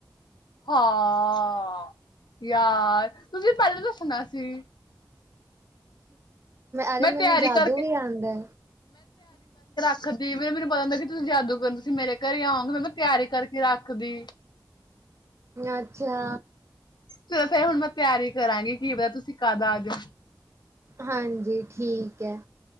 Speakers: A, on the left; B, on the right.
A: ਹਾਂ, ਯਾਰ ਤੁਸੀਂ ਪਹਿਲੇ ਦੱਸਣਾ ਸੀ।
B: ਅਰੇ
A: ਮੈਂ
B: ਮੈਨੂੰ
A: ਤਿਆਰੀ
B: ਜਾਦੂ
A: ਕਰਕੇ
B: ਵੀ ਆਂਦਾ।
A: ਫੇਰ ਦੀਵੇ ਮੈਨੂੰ ਪਤਾ ਮੈਂ ਕਿਆ ਤੁਸੀਂ ਜਾਦੂਗਰ ਸੀ ਤੁਸੀਂ ਮੇਰੇ ਘਰੇ ਆਓਗੇ ਮੈਂ ਤਿਆਰੀ ਕਰਕੇ ਰੱਖਦੀ।
B: ਅੱਛਾ।
A: ਚਲੋ ਫੇਰ ਹੁਣ ਮੈਂ ਤਿਆਰੀ ਕਰਾਂਗੀ ਕੀ ਪਤਾ ਤੁਸੀਂ ਕਦ ਆ ਜੋ।
B: ਹਾਂਜੀ। ਠੀਕ ਐ